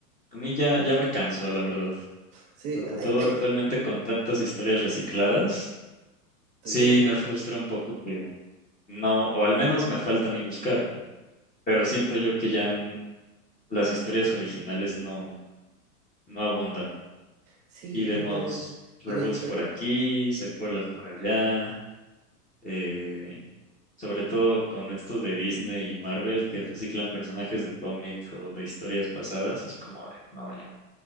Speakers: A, on the left; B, on the right.
A: mí ya, ya me cansó, la verdad.
B: Sí,
A: Sobre todo
B: ay, ay,
A: actualmente con tantas historias recicladas,
B: estoy
A: sí
B: súper de
A: me
B: acuerdo.
A: frustra un poco que no, o al menos me falta a mí buscar, ¿no? Pero siento yo que ya n- las historias originales no, no abundan.
B: Sí,
A: Y vemos
B: y la,
A: reboots
B: y la historia.
A: por aquí, secuelas por allá, eh, Sobre todo con estos de Disney y Marvel que reciclan personajes de cómic o de historias pasadas, es como de, no, ya,